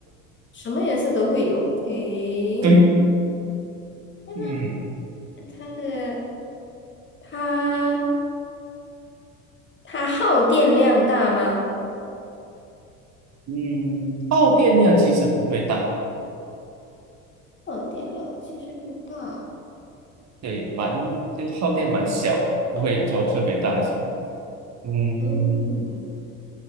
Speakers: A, on the left (about 25°); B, on the right (about 35°).
A: 什么颜色都会有。OK，
B: <laughs> 对，
A: 嗯，
B: 嗯
A: 它的它。它耗电量大吗？
B: 嗯，耗电量其实不会大，
A: 耗电量其实不大，
B: 对，蛮就是耗电蛮小的，不会做特别大还是什么，嗯
A: 嗯，